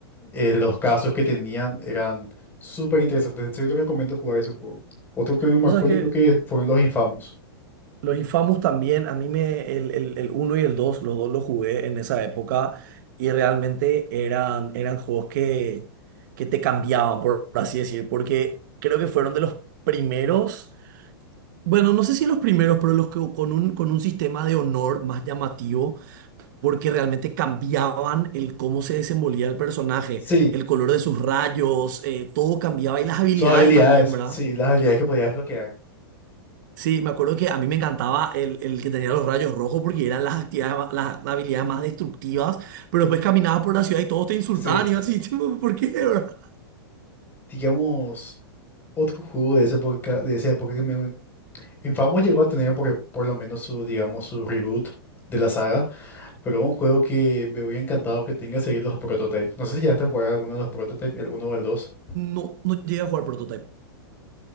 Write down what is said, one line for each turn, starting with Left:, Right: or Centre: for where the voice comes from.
Left: eh, los casos que tenían eran súper interesantes. En serio te recomiendo jugar ese juego. Otro que me marcó
Right: O sea
Left: yo
Right: que
Left: creo que fueron los infamos.
Right: los Infamous también, a mí me, el, el, el uno y el dos los dos los jugué en esa época y realmente eran, eran juegos que, que te cambiaban, por así decir, porque creo que fueron de los primeros, bueno, no sé si los primeros, pero los que con un, con un sistema de honor más llamativo porque realmente cambiaban el cómo se desenvolvía el personaje,
Left: Sí,
Right: el color de sus rayos, eh, todo cambiaba y las habilidades
Left: sus habilidades,
Right: también, ¿verdad?
Left: sí, las habilidades que podías bloquear.
Right: Sí, me acuerdo que a mí me encantaba el, el que tenía los rayos rojos porque eran las actividades, ma- las, las habilidades más destructivas, pero después caminabas por la ciudad y todos te insultaban
Left: Sí,
Right: y yo así, <laughs> tipo, ¿por qué, verdad?
Left: digamos, otro juego de esa época, de esa época que me, Infamous llegó a tener porque por lo menos su, digamos, su reboot de la saga, pero un juego que me hubiera encantado que tenga sería los Prototypes. No sé si ya a jugar alguno de los Prototypes, el uno o el dos.
Right: No, no llegué a jugar Prototype.